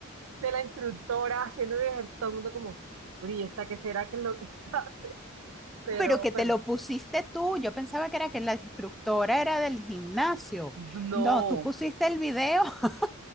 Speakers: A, on the right; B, in the centre.
A: de la instructora haciendo mi ejercicio, todo el mundo como, "Bueno, ¿y esta qué será que es lo que <laughs> hace? Pero,
B: Ah, Pero que te
A: pero,
B: lo pusiste tú, yo pensaba que era que la instructora era del gimnasio.
A: no,
B: No, tú pusiste el video <laughs>